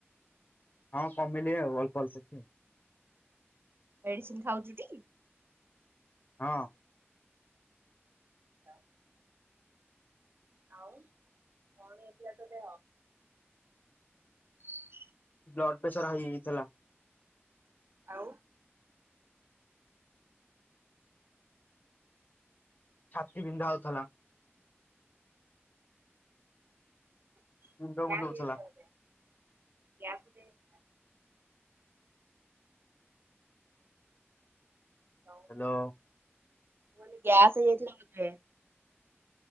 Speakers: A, on the left (about 40°); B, on the right (about 55°).
A: ହଁ କମିନି ଆଉ ଅଳ୍ପ ଅଳ୍ପ ଟିକେ ଆଉ।
B: ମେଡିସିନ ଖାଉଛୁ ଟି?
A: ହଁ
B: ହଁ ଆଉ କଣ ହେଇଥିଲା ତୋ ଦେହ? <inaudible>
A: ବ୍ଲଡ଼ ପ୍ରେସର ହାଇ ହେଇଯାଇଥିଲା।
B: ଆଉ
A: ଛାତି ବିନ୍ଧା ହଉଥିଲା।
B: ଗ୍ୟାସ
A: ମୁଣ୍ଡ ବୁଲଉଥିଲା
B: ହେଇଯାଇଥିଲା ବୋଧେ ଗ୍ୟାସ <unintelligible> ଆଉ
A: ହ୍ୟାଲୋ।
B: ମୁଁ କହିଲି ଗ୍ୟାସ୍ ହେଇଯାଇଥିଲା ବୋଧେ।